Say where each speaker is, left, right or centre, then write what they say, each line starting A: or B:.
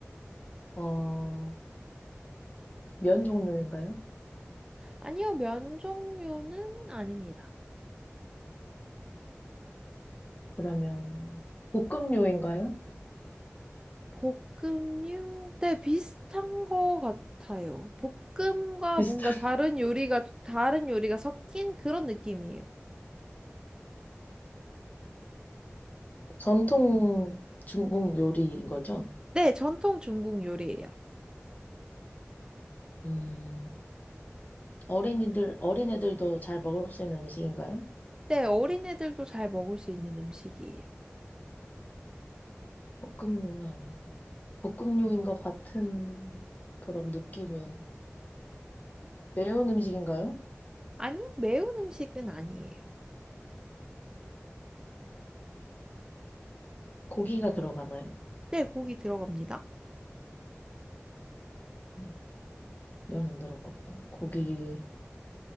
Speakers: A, on the left; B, on the right.
A: 어, 면 종류인가요?
B: 아니요, 면 종류는 아닙니다.
A: 그러면 볶음료인가요?
B: 볶음육? 네, 비슷한 거 같아요. 볶음과
A: 비슷한
B: 뭔가 다른 요리가, 다른 요리가 섞인 그런 느낌이에요.
A: <laughs> 전통 중국 요리인 거죠?
B: 네, 전통 중국 요리예요.
A: 음, 어린이들, 어린애들도 잘 먹을 수 있는 음식인가요?
B: 네, 어린애들도 잘 먹을 수 있는 음식이에요.
A: 볶음요는 아니고. 볶음요인 것 같은 그런 느낌의 매운 음식인가요?
B: 아니요, 매운 음식은 아니에요.
A: 고기가 들어가나요?
B: 네, 고기 들어갑니다.
A: 음, 면은 들어가고, 고기